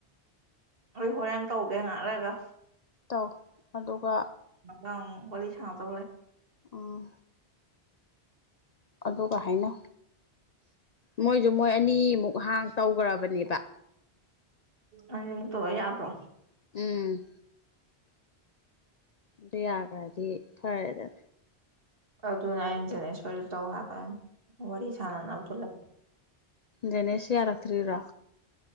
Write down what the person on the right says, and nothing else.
ꯍꯣꯔ ꯍꯣꯔꯦꯟꯦꯟ ꯇꯧꯒꯦ ꯉꯥꯏꯔꯒ
ꯑ ꯋꯥꯔꯤ ꯁ ꯇꯦ
ꯑꯅꯤꯅꯤꯃꯨꯛꯇꯔ ꯌꯥꯕ꯭ꯔꯣ
ꯑꯗꯨꯅ ꯑꯩꯅꯁꯤꯅꯦ ꯁꯣꯏꯗ ꯇꯧ ꯍꯥꯏꯕ ꯋꯥꯔꯤ ꯁꯥꯟꯅꯅꯕꯗꯣ